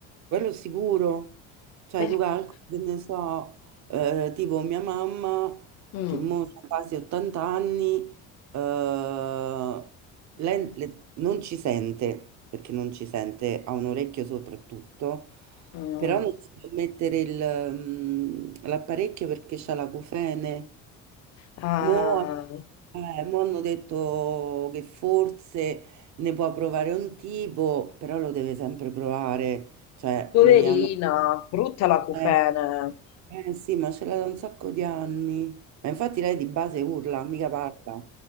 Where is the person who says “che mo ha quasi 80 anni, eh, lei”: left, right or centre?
Right